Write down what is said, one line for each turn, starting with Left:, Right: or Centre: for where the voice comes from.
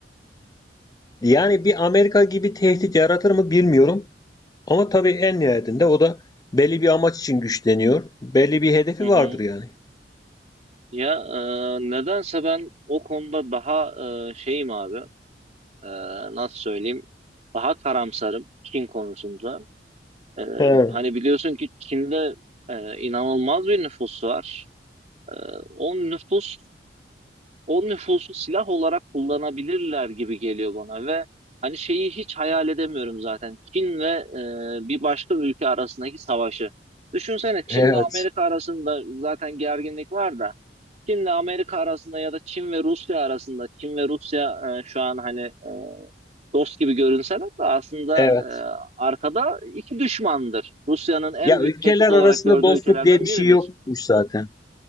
Left: Yani bir Amerika gibi tehdit yaratır mı bilmiyorum. Ama tabii en nihayetinde o da belli bir amaç için güçleniyor. Belli bir hedefi
Right: Hı hı.
Left: vardır yani.
Right: Ya e, nedense ben o konuda daha e, şeyim abi. E, nasıl söyleyeyim? Daha karamsarım Çin konusunda. E,
Left: He.
Right: hani biliyorsun ki Çin'de e, inanılmaz bir nüfus var. E, o nüfus o nüfusu silah olarak kullanabilirler gibi geliyor bana ve hani şeyi hiç hayal edemiyorum zaten. Çin ve e, bir başka ülke arasındaki savaşı. Düşünsene Çin
Left: Evet.
Right: ve Amerika arasında zaten gerginlik var da Çin'le Amerika arasında ya da Çin ve Rusya arasında Çin ve Rusya e, şu an hani e, dost gibi görünseler de aslında
Left: Evet.
Right: e, arkada iki düşmandır. Rusya'nın en
Left: Ya
Right: büyük
Left: ülkeler
Right: tehdit olarak
Left: arasında
Right: gördüğü
Left: dostluk
Right: ülkelerden
Left: diye bir şey
Right: biridir.
Left: yokmuş zaten.